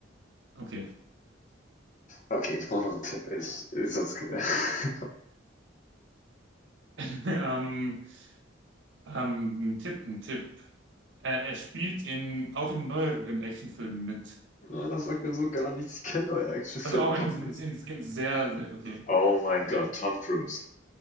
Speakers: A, on the right; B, on the left.
A: Okay.
B: Okay, ich brauche noch einen Tipp. Ich äh, sonst <laughs>
A: <laughs> Ähm, ähm, ein Tipp, ein Tipp. Äh, er spielt in, auch in neueren Actionfilmen mit.
B: Mann, das sagt mir so gar nichts. Ich kenne neue Actionfilme
A: Also auch
B: doch
A: in, in,
B: nicht.
A: in, in sehr, sehr, okay.
B: Oh mein
A: Ja,
B: Gott, Tom Cruise.